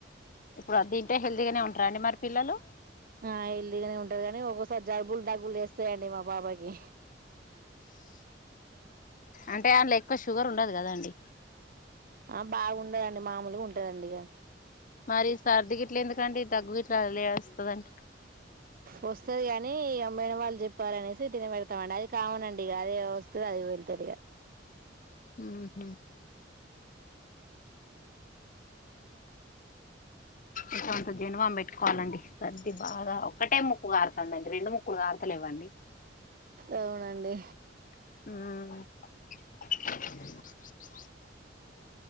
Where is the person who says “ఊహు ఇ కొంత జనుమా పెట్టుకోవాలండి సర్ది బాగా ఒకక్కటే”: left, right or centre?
Left